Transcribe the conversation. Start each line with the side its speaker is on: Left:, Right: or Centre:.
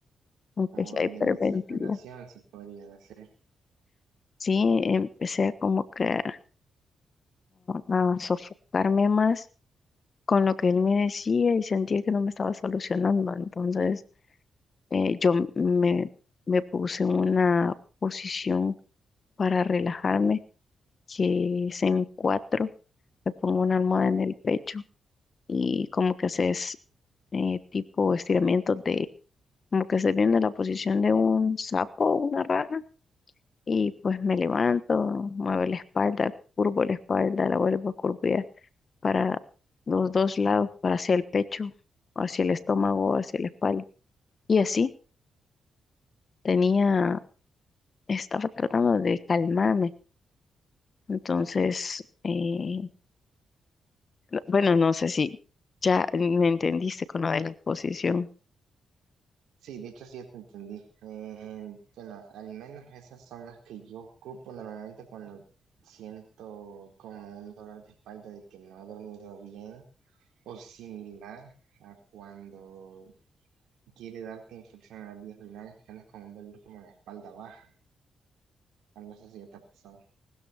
Left: empecé
Right: Como
Left: a hiperventilar.
Right: en desesperación se podría decir.
Left: Sí, empecé como que a a sofocarme más con lo que él me decía y sentía que no me estaba solucionando. Entonces, eh, yo me, me puse en una posición para relajarme, que es en cuatro, me pongo una almohada en el pecho y como que haces eh, tipo estiramientos de, como que estoy viendo la posición de un sapo o una rana y pues me levanto, muevo la espalda, curvo la espalda, la vuelvo a curvar para los dos lados, para hacia el pecho, hacia el estómago, hacia la espalda. Y así tenía, estaba tratando de calmarme. Entonces, eh, no- bueno, no sé si ya me entendiste con lo de la exposición.
Right: Sí, de hecho sí te entendí. Eh, bueno, al menos esas son las que yo ocupo normalmente cuando siento como un dolor de espalda de que no he dormido bien o similar a cuando quiere darte infección en las vías urinarias que andas con un dolor como la espalda baja. No no sé si ya te ha pasado.